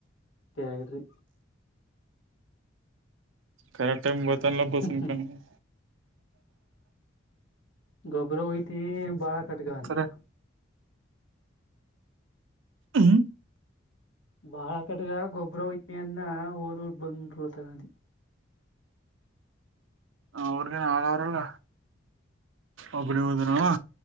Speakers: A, on the left; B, on the right.
A: ಆಗಿದ್ರಿ
B: ಕರೆಕ್ಟ ಟೈಮಿಗೆ ಬರ್ತಾನಲ್ಲ ಬಸ್ ಇನ್ಕಂಡಿದೀನಿ.
A: ಹ್ಮ್ ಗೊಬ್ಬರ ವೊಯ್ತೀವಿ ಬಾಳ್ ಕಟ್ಗನ್ನ.
B: ಕರೆ ಹ್ಮ್
A: ಬಾಳ ಕಟಕ ಗೊಬ್ಬರವೊಯ್ತೀನಿ ಅಂದ ಓದು ಓದು ಬಂದ್ ನಿಂತ್ಕಂತ್ವಾನಿ.
B: ಅವ್ರಗೆನು ಆಳು ಅವ್ರಲ್ಲ ಒಬ್ಬನೇ ಹೋದನವಾ.